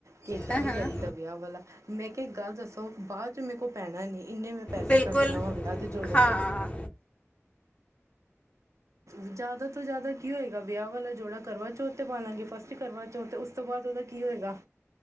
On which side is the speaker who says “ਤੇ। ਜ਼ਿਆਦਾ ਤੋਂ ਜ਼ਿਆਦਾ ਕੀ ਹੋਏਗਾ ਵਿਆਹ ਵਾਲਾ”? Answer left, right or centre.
Right